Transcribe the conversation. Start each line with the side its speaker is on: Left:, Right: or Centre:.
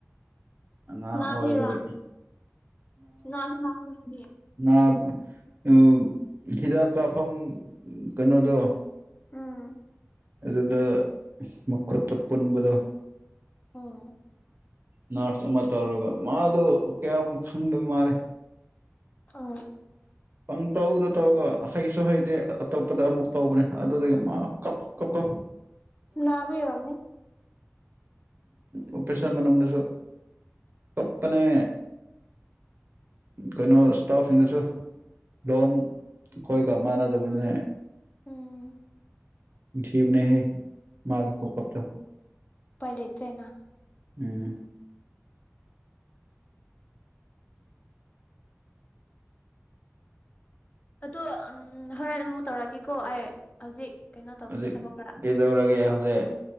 Right: ꯑꯉꯥꯡ
Left: ꯅꯥꯕꯒꯤꯔꯥ
Right: ꯑꯣꯏꯕꯒꯤ
Left: ꯅꯥꯁꯨ ꯅꯥꯕꯅꯤ
Right: ꯅꯥ ꯎ ꯍꯤꯗꯥꯛ ꯀꯥꯞꯐꯝ ꯀꯩꯅꯣꯗ
Left: ꯎꯝ꯫
Right: ꯑꯗꯨꯗ ꯃꯈꯨꯠꯇ ꯄꯨꯟꯕꯗꯣ
Left: ꯑꯣ꯫
Right: ꯅꯥꯔꯁ ꯑꯃ ꯇꯧꯔꯒ ꯃꯥꯗꯣ ꯀꯌꯥꯝ ꯈꯪꯗꯕ ꯃꯥꯂꯦ꯫
Left: ꯑ꯫
Right: ꯄꯪ ꯇꯧꯗ ꯇꯧꯔꯒ ꯍꯩꯁꯨ - ꯍꯩꯁꯦ ꯑꯇꯣꯞꯄꯗ ꯑꯃꯨꯛ ꯇꯧꯕꯅꯦ ꯑꯗꯨꯗꯒꯤ ꯃꯥ ꯀꯞ- ꯀꯞ- ꯀꯞ
Left: ꯅꯥꯕꯒꯤ ꯑꯪꯏꯔꯝꯅꯤ꯫
Right: ꯑꯣꯄꯦꯁꯟ ꯃꯅꯨꯡꯗꯁꯨ ꯀꯞꯄꯅꯦ ꯀꯩꯅꯣ ꯏꯁꯇꯥꯐꯁꯤꯡꯗꯁꯨ ꯂꯣꯟ ꯈꯣꯏꯒ ꯃꯥꯟꯅꯗꯕꯅꯤꯅ
Left: ꯎꯝ꯫
Right: ꯅꯨꯡꯁꯤꯕꯅꯤ ꯍꯦ ꯃꯒꯤ ꯈꯨꯀꯞꯇꯣ!
Left: ꯄꯥꯏ ꯂꯩꯇꯔ꯭ꯦꯅ
Right: ꯎꯝ꯫
Left: ꯑꯗꯣ ꯑꯝ ꯍꯣꯔꯦꯟ ꯑꯃꯨꯛ ꯇꯧꯔꯛꯒꯦꯀꯣ ꯑꯩ ꯍꯧꯖꯤꯛ ꯀꯩꯅꯣ ꯇꯧꯈꯤꯒꯦ
Right: ꯍꯧꯖꯤꯛ
Left: ꯊꯕꯛ ꯈꯔ꯫
Right: ꯀꯩꯗꯧꯔꯒꯦ ꯍꯧꯖꯤꯛ